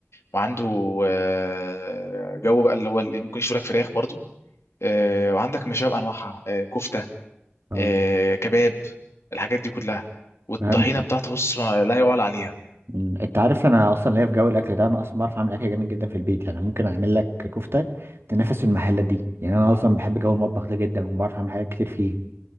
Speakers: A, on the left (about 85°); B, on the right (about 65°).
A: وعنده آه، جو بقى اللي هو اللي ممكن يشوي لك فراخ برضه آه، وعندك مشاوي بأنواعها آه، كفتة
B: آه.
A: آه، كباب الحاجات دي كلها والطحينه
B: فهمتك
A: بتاعته بص ما لا يعلى عليها
B: مم. انت عارف انا اصلا ليا في جو الاكل ده انا اصلا بعرف اعمل اكل جامد جدا في البيت يعني ممكن اعمل لك كفته تنافس المحلات دي يعني انا اصلا بحب جو المطبخ ده جدا وبعرف اعمل حاجات كتير فيه